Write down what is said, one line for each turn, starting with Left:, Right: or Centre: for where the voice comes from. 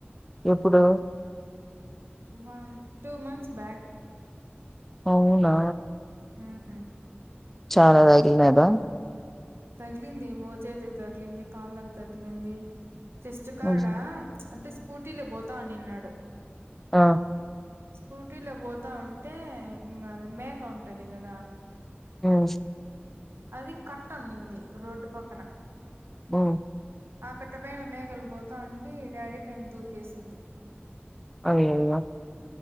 Centre: ఎప్పుడు
Right: వన్ టూ మంత్స్ బ్యాక్
Centre: అవునా
Right: మ్మ్
Centre: చాలా తగలిన్నాదా
Right: తగిలింది మోచేతికి తగిలింది కాళ్ళకి తగిలింది చెస్ట్ కాడా
Centre: హ్మ్.
Right: అంటే స్కూటీలో పోతానిన్నాడు
Centre: ఆ
Right: స్కూటీలో పోతా ఉంటే ఇంకా మేక ఉంటది కదా
Centre: ఉమ్
Right: అది కట్ అన్నింది రోడ్డు పక్కన
Centre: ఓ
Right: ఆకట్ట పైన మేకలు పోతా ఉండి డాడీ పైన దూకేసింది
Centre: అయ్యొయ్యో